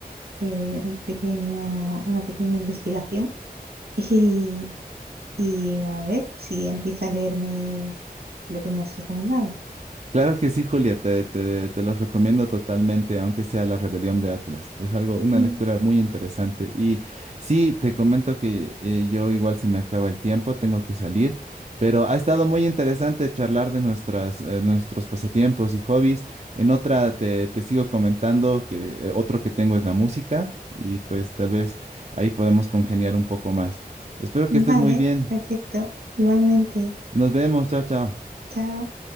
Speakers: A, on the right; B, on the right.
A: eh, un pequeño, una pequeña investigación y, y a ver si empieza a leerme lo que me has recomendado.
B: Claro que sí, Julia, te, te, te los recomiendo totalmente, aunque sea La Rebelión de Atlas. Es algo, una
A: Mm,
B: lectura muy interesante. Y sí, te comento que eh, yo igual se me acaba el tiempo, tengo que salir, pero ha estado muy interesante charlar de nuestras, eh, nuestros pasatiempos y hobbies. En otra te, te sigo comentando que eh, otro que tengo es la música y pues tal vez ahí podemos congeniar un poco más. Espero que
A: Vale,
B: estés muy bien.
A: perfecto. Igualmente,
B: Nos vemos, chao, chao.
A: chao.